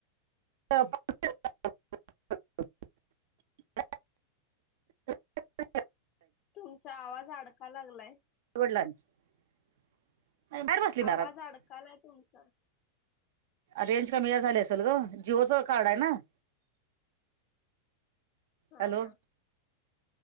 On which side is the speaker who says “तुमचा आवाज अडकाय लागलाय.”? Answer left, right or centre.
Left